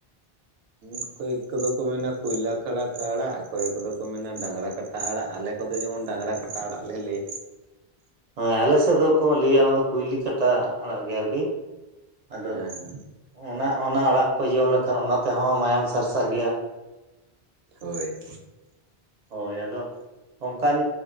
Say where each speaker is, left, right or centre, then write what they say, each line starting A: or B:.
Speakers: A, on the right; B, on the right.
A: ᱚᱠᱚᱭ ᱠᱚᱫᱚ ᱠᱚ ᱢᱮᱱᱟ ᱠᱩᱭᱞᱟ ᱠᱷᱟᱲᱟ ᱟᱲᱟᱜ ᱚᱠᱚᱭᱮᱠ ᱠᱚᱫᱚ ᱠᱚ ᱢᱮᱱᱟ ᱰᱟᱝᱨᱟ ᱠᱟᱴ ᱟᱲᱟᱜ ᱟᱞᱮ ᱠᱚᱫᱚ ᱡᱮᱢᱚᱱ ᱰᱟᱝᱨᱟ ᱠᱟᱴᱟ ᱟᱲᱟᱜ ᱞᱮ ᱞᱟᱹᱭᱟ᱾
B: ᱦᱮᱸ ᱟᱞᱮ ᱥᱮᱫ ᱫᱚ ᱠᱚ ᱞᱟᱹᱭᱟ ᱚᱱᱟ ᱫᱚ ᱠᱩᱭᱞᱤ ᱠᱟᱴᱟ ᱟᱲᱟᱜ ᱜᱮ ᱟᱨᱠᱤ᱾ ᱟᱫᱚ
A: ᱦᱮᱸ ᱦᱮᱸ
B: ᱚᱱᱟ ᱚᱱᱟ ᱟᱲᱟᱜ ᱠᱚ ᱡᱚᱢ ᱞᱮᱠᱷᱟᱱ ᱚᱱᱟ ᱛᱮᱦᱚᱸ ᱢᱟᱭᱟᱢ ᱥᱟᱨᱥᱟᱜ ᱜᱮᱭᱟ᱾
A: ᱦᱳᱭ᱾
B: ᱦᱳᱭ ᱟᱫᱚ ᱚᱱᱠᱟᱱ